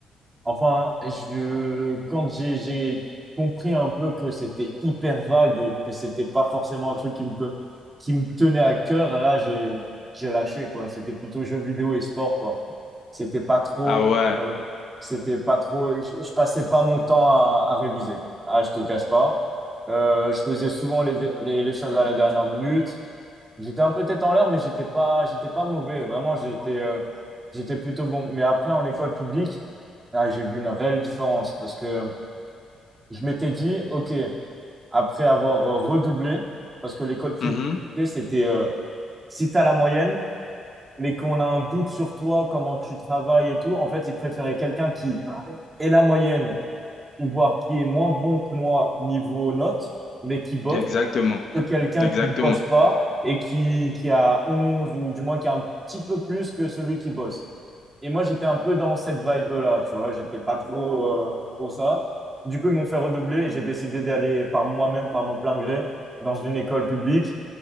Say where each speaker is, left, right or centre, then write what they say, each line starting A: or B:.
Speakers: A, on the right; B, on the left.
A: Enfin, je, quand j'ai j'ai compris un peu que c'était hyper vague, que c'était pas forcément un truc qui me, co- qui me tenait à cœur, là, j'ai, j'ai lâché, quoi. C'était plutôt jeux vidéo et sport, quoi. C'était pas trop,
B: Ah ouais.
A: euh, c'était pas trop, je, je passais pas mon temps à, à réviser. Ah, je te cache pas. Euh, je faisais souvent les, dé- les, les choses à la dernière minute. J'étais un peu tête en l'air, mais j'étais pas, j'étais pas mauvais. Vraiment, j'étais, euh, j'étais plutôt bon. Mais après, en école publique, là, j'ai vu une réelle différence parce que je m'étais dit, OK, après avoir euh, redoublé, parce que l'école privée,
B: Mhm.
A: c'était, euh, si t'as la moyenne, mais qu'on a un doute sur toi, comment tu travailles et tout, en fait, ils préféraient quelqu'un qui ait la moyenne ou voir qui est moins bon que moi niveau notes, mais qui bosse
B: Exactement.
A: que quelqu'un
B: Exactement.
A: qui ne bosse pas et qui, qui a 11 ou du moins qui a un petit peu plus que celui qui bosse. Et moi, j'étais un peu dans cette vibe-là, tu vois, j'étais pas trop, euh, trop ça. Du coup, ils m'ont fait redoubler et j'ai décidé d'aller par moi-même, par mon plein gré, dans une école publique.